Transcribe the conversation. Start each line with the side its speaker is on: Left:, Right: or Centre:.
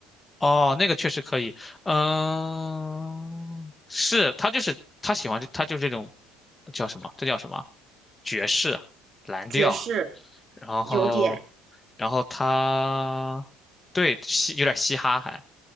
Left: 哦，那个确实可以，嗯，是他就是他喜欢这他就是这种叫什么？这叫什么？爵士、蓝调，
Right: 爵士
Left: 然后
Right: 有点
Left: 然后他对嘻有点嘻哈还，